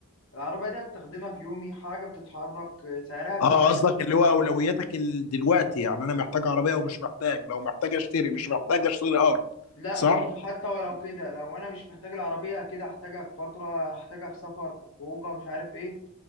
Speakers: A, on the left (about 60°); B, on the left (about 85°).
A: العربية دي هستخدمها في يومي حاجة بتتحرك آه، سعرها بيزيد
B: اه قصدك اللي هو اولوياتك ال- دلوقتي يعني انا محتاج عربية ومش محتاج لو محتاج اشتري مش محتاج اشتري ارض
A: لا
B: صح
A: برضه حتى ولو كده لو أنا مش محتاج العربية كده هحتاجها في فترة هحتاجها في سفر في خروجة مش عارف إيه